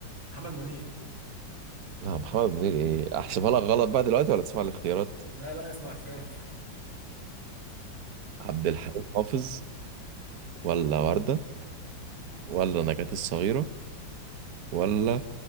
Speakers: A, on the right; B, on the right.
A: محمد منير
B: لا محمد منير إيه أحسبها لك غلط بقى دلوقتي ولا تسمع الاختيارات؟
A: لا لا اسمع اختيارات
B: عبد الحليم حافظ ولا وردة ولا نجاة الصغيرة ولا